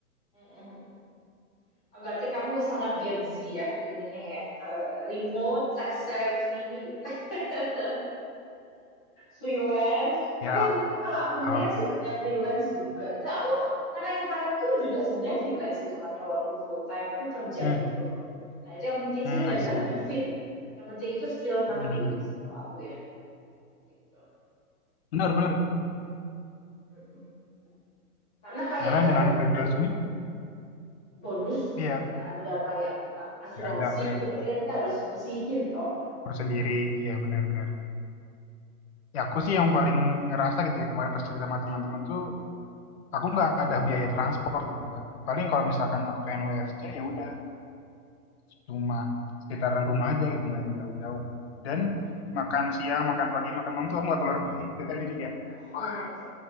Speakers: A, in the centre; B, on the left.
A: Mm-mm. Berarti kamu sangat Gen Z ya, ininya ya. Eh, remote, tech savvy. <laughs> freelance. Tapi
B: ya
A: yang penting kalau aku ngelihat
B: ah,
A: sih kerja freelance juga. Itu aku karena yang kemarin tuh juga sebenarnya freelance hitungannya walaupun full time tapi per jam
B: hmm,
A: gitu loh. Nah itu yang penting
B: hmm,
A: sih dan
B: I see
A: gak ada benefit. Yang penting itu skill ngatur
B: Hmm,
A: duit sih kalau aku ya gitu.
B: benar benar
A: Mm-mm. Karena kayak
B: karena
A: gak
B: dengan
A: ada benefit
B: freelance ini
A: bonus,
B: iya
A: gak ada kayak uh, asuransi
B: nggak ada benar
A: gitu. Berarti kan kita harus nyisihin toh.
B: harus
A: Mm-mm.
B: sendiri iya benar benar ya aku sih yang paling ngerasa gitu ya kemarin pas cerita sama teman-teman tuh aku nggak ada biaya transport gitu mbak paling kalau misalkan aku pengen WFC ya udah cuma sekitaran rumah aja gitu nggak yang jauh-jauh dan
A: Mm-mm.
B: makan siang makan pagi makan malam tuh aku nggak keluar rumah gitu kan jadi kayak
A: Mm-mm.
B: wah